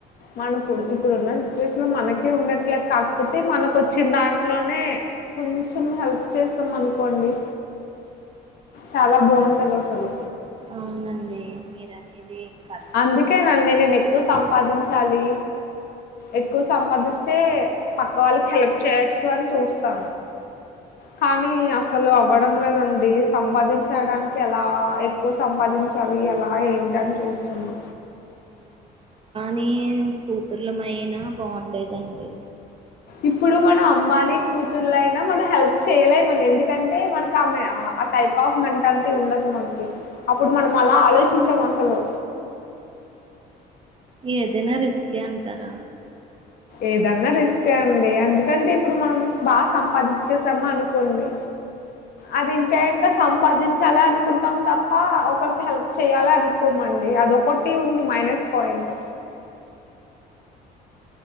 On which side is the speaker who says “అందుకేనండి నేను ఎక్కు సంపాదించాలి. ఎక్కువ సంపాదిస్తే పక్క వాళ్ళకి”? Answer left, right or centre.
Left